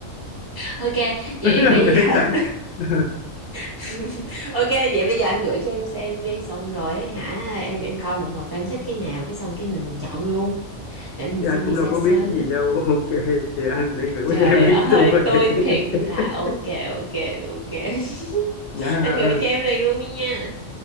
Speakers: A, on the right; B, on the left.
A: Ok, vậy
B: <laughs>
A: bây giờ
B: em sẵn
A: <laughs>
B: <laughs>
A: <laughs> Ok vậy bây giờ anh gửi cho em xem đi xong rồi á hả em em coi một hồi coi em thích cái nào cái xong cái mình chọn luôn để mình
B: thì
A: xin
B: anh cũng
A: visa
B: đâu có
A: sớm
B: biết cái gì đâu <laughs> ok thì anh sẽ gửi qua
A: trời
B: cho em mấy
A: ơi
B: cái tour
A: tôi
B: này
A: thiệt là
B: <laughs>
A: ok ok ok <laughs>
B: nha
A: anh gửi cho em liền luôn đi nha